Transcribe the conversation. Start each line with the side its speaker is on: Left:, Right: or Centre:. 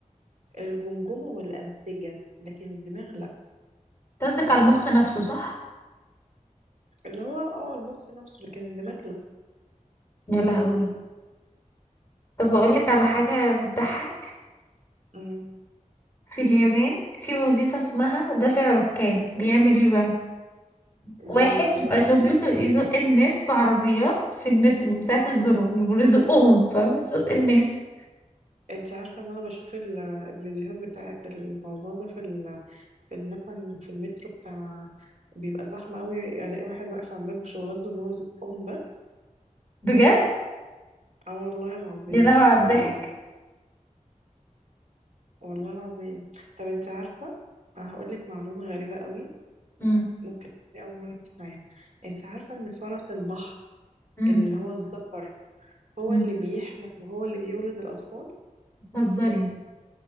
Right: الجمجمة والأنسجة لكن الدماغ لا
Left: قصدك على المخ نفسه صح؟
Right: اللي هو اه المخ نفسه لكن الدماغ لا
Left: يا لهوي طب أقول لك على حاجة بتضحك
Right: مم.
Left: في اليابان في وظيفة اسمها دافع ركاب بيعمل ايه بقى
Right: بيزقه
Left: واحد بيبقى شغلته يزق الناس في عربيات في المترو ساعة الذروة يبقوا يزقهم فاهم يزق الناس
Right: انت عارفة ان انا بشوف ال- الفيديوهات بتاعت الموضوع ده في ال- في ال- مثلا في المترو بتاع بيبقى زحمة قوي الاقي واحد واقف على الباب شغلانته ان هو يزقهم بس
Left: بجد
Right: اه والله العظيم
Left: يا لهوي على
Right: اقسم
Left: الضحك
Right: بالله والله العظيم طب انت عارفة انا هقول لك معلومة غريبة قوي
Left: امم
Right: ممكن تكوني اول مرة تسمعيها انت عارفة ان فرس البحر
Left: امم
Right: اللي هو الذكر هو
Left: امم
Right: اللي بيحمل وهو اللي بيولد الاطفال
Left: بتهزري